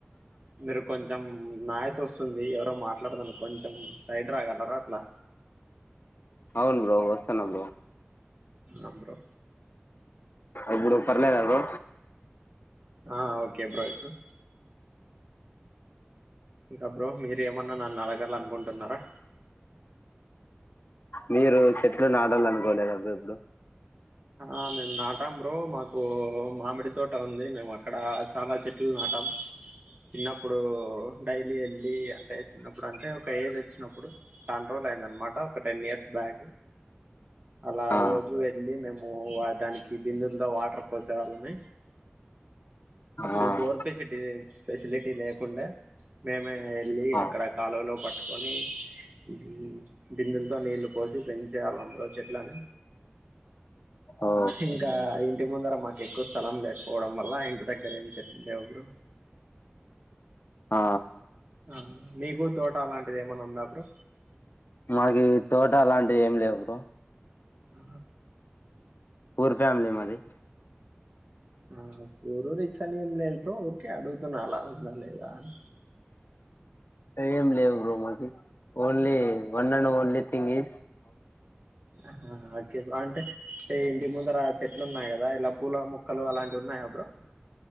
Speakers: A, on the right (about 40°); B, on the left (about 55°).
A: మీరు కొంచెం నాయిస్ వస్తుందీ ఎవరో మాట్ల్ <unintelligible> కొంచెం సైడ్ రాగలరా అట్లా.
B: అవును బ్రో వస్తున్న బ్రో.
A: ఆ బ్రో
B: ఇప్పుడు పర్లేదా బ్రో
A: ఆ ఓకే బ్రో ఇపుడు ఇంకా బ్రో మీరు ఏమన్నా నన్ను అడగాలనుకుంటున్నారా.
B: మీరూ చెట్లు నాటాల అనుకోలేద బ్రో ఎపుడు.
A: ఆ మేము నాటాం బ్రో. మాకూ మామిడి తోట ఉంది మేము అక్కడా చానా చెట్ ట్లు నాటాం. చిన్నప్పుడూ డైలీ ఎళ్ ళ్ళీ అంటే చిన్నప్పుడు అంటే ఒక ఏజ్ ఒచ్చినప్పుడు కంట్రోల్ అయింది అన్మాట ఒక టెన్ ఇయర్స్. బ్యాగ అలా
B: ఆ
A: రోజు వెళ్ళీ మేమ్ మో ఆ దానికి బిందల్తో వాటర్ పోసే వాళ్ళమి. అప్పుడు
B: ఆ
A: బోర్ ఫెసిటీ ఫెసిలిటీ లేకుండే. మేమే ఎళ్ళీ
B: ఆ
A: అక్కడ కాలువ లో పట్టుకొనీ ఇదీ బిందల్తో నీళ్లు పోసి పెంచే వాళ్ళం బ్రో చెట్లని.
B: ఓ
A: ఇంకా ఇ ఇంటి ముందరం మాకు ఎక్కువ స్థలం లేద్ పోవడం వల్లా ఇంటి దగ్గర ఏం చెట్లు లేవు బ్రో.
B: ఆ
A: ఆ మీకు తోట అలాంటిది ఏమన్నా ఉందా బ్రో.
B: మాకి తోట అలాంటివి ఏమి లేవు బ్రో
A: అ
B: పూర్ ఫ్యామిలీ మాది
A: ఆ పూర్ రిచ్ అని ఏంలేదు ఊరికే అడుగుతున్నా అలా ఉందా లేదా అని
B: ఏం లేవు బ్రో మా కి only one and only thing is
A: అహ ఓకే బ్రో అంటే ఇంటి ముందర చెట్లు ఉన్నాయి కదా ఇలా పూల మొక్కలు అలాంటివి ఉన్నాయా బ్రో